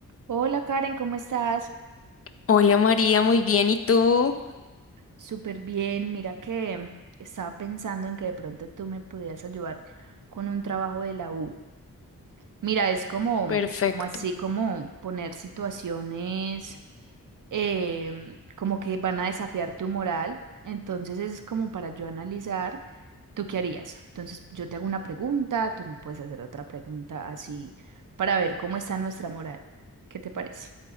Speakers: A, on the right; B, on the left.
A: Hola Karen, ¿cómo estás?
B: Hola María, muy bien. ¿Y tú?
A: Súper bien. Mira que mm, estaba pensando en que de pronto tú me pudieras ayudar con un trabajo de la U. Mira, es como,
B: Perfecto.
A: mm, como así, como poner situaciones em, como que van a desafiar tu moral. Entonces es como para yo analizar, ¿tú qué harías? Entonces yo te hago una pregunta, tú me puedes hacer otra pregunta así para ver cómo está nuestra moral. ¿Qué te parece?